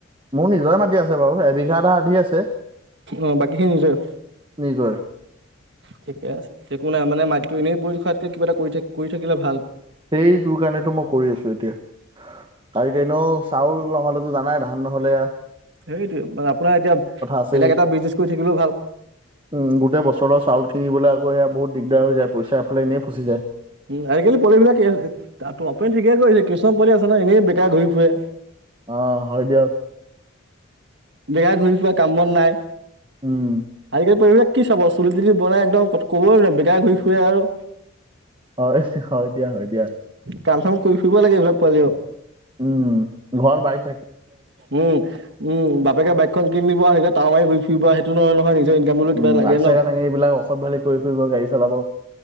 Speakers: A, on the right (about 25°); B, on the right (about 55°).
A: মোৰ নিজৰে মাটি আছে। আধিত বাৰু এবিঘা এটা আধি আছে
B: অ' বাকীখিনি নিজৰ
A: নিজৰে।
B: ঠিকে আছে একো নাই মানে মাতিটো এনেই পৰি থকাতকৈ কিবা এটা কৰি থ কৰি থাকিলে ভাল।
A: সেইতো কাৰণেতো মই কৰি আছো এতিয়া কাৰি এনেও চাউল নহ'লেতো জানাই ধান নহলে আ
B: সেইটোৱে মানে আপোনাৰ এতিয়া
A: আছেই।
B: বেলেগ এটা বিজনেচ কৰি থাকিলেও ভাল।
A: উম গোটেই বছৰৰ চাউলকিনিবলৈ আকৌ এয়া বহুত দিগদাৰ হৈ যায় পইচা এফালে এনেই ফচি যায়।
B: উম আজিকালি পোৱালিবিলাক ত আপুনি ঠিকে কৰিছে কিছুমান পুুৱালি আছে নহয় এনেই বেকাৰ ঘূৰি ফুৰে।
A: অ' হয় দিয়ক
B: বেকাৰ ঘূৰি ফুৰা কাম বন নাই আজিকালি
A: উম,
B: পৰিবেশ। কি চাব চুলি তুলি বনাই একদম ক ক'বই ন বেকাৰ ঘূৰি ফুৰে আৰু।
A: হয় হয় দিয়া হয় দিয়া।
B: কাম চাম কৰি ফুৰিব লাগে এইবিলাক পোৱালিও।
A: উম ঘৰ বাইক
B: উম উম বাপেকে বাইকখন কিনি দিব সেইয়া তাও মাৰি ঘুৰি ফুৰিব সেইটো নহয় নহয় নিজৰ ইনকাম বুলিও কিবা
A: উম
B: লাগে
A: আগ
B: ন।
A: চকা ডাঙি এইবিলাক অসভ্যালি কৰি ফুৰিব গাড়ী চলাব